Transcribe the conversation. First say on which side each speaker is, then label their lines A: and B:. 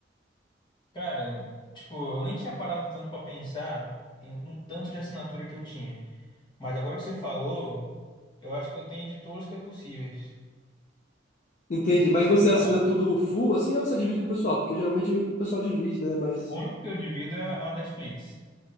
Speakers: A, on the left; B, on the left.
A: Cara, tipo, eu nem tinha parado tanto pra pensar em- no tanto de assinatura que eu tinha. Mas agora que você falou, eu acho que eu tenho de todos que é possíveis.
B: Entendi, mas
A: Porque,
B: você assina
A: ó,
B: tudo full assim ou você divide com o pessoal? Porque geralmente o pessoal divide, né? Mas.
A: o único que eu divido é a Netflix.